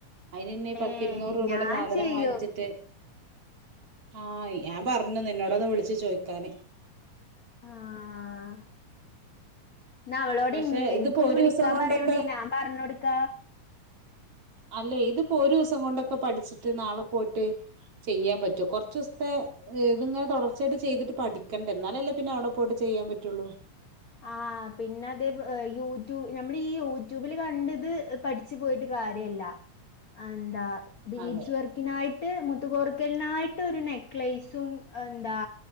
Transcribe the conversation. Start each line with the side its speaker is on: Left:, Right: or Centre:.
Right: അതിന്ന്നെ പത്തിരുന്നൂറ്
Left: ഏഹ്
Right: രൂപയുടെ
Left: ഞാൻ
Right: സാധനം
Left: ചെയ്യും
Right: വാങ്ങിച്ചിട്ട് ആഹ് ഞാൻ പറഞ്ഞു നിന്നടൊന്ന് വിളിച്ചു ചോദിക്കാന്
Left: ആഹ എന്ന അവളോട്
Right: പക്ഷെ
Left: എനിക്കൊന്ന്
Right: ഇതിപ്പോ ഒരുസം
Left: വിളിക്കാൻ
Right: കൊണ്ടൊക്കെ
Left: പറയോണ്ടേന പറഞ്ഞൊടുക്ക
Right: അല്ലേ ഇതിപ്പോ ഒരു ദിവസം കൊണ്ടൊക്കെ പഠിച്ചിട്ട് നാളെ പോയിട്ട് ചെയ്യാൻ പറ്റൂ കുറച്ച ദിവസത്തെ ഏ ഇത് ഇങ്ങനെതൊടർച്ചായി് ചെയ്ട്ട് പഠിക്കണ്ട എന്നാലല്ലേ പിന്നെ അവിടെ പോയിട്ട് ചെയ്യാൻ പറ്റുള്ളൂ
Left: ആ പിന്നെ അതേ യൂട്യൂബ് ഞമ്മൾ ഈ യൂട്യൂബിൽ കണ്ടത് പഠിച്ചു പോയിട്ട് കാര്യല്ല എന്താ ബീഡ്സ്
Right: അതെ
Left: വർക്ക് നായിട്ട് മുത്തുകോർക്കലിനായിട്ട് ഒരു നെക്ലൈസും എന്താ